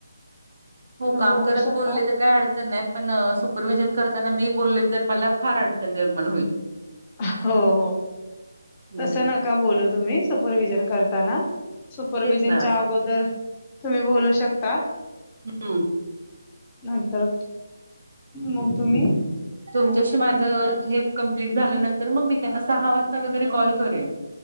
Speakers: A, on the left (about 20°); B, on the right (about 60°).
A: तुम्ही
B: हो काम
A: बोलू
B: करत
A: शकता
B: बोलले तर काही अडचण नाही पण सुपरवि्हजन करताना मी बोलले तर मला फार अडचण निर्माण होईल
A: हो हो
B: हम्म
A: तस नका बोलू तुम्ही सुपरवि्हजन करताना सुपरवि्हजनच्या
B: तेच ना
A: अगोदर तुम्ही बोलू शकता
B: हम्म
A: नंतर मग तुम्ही
B: तुमच्याशी माझं हे कं्प्लीट झाल्यानंतर मग मी त्यांना सहा वाजता वगैरे कॉल करेन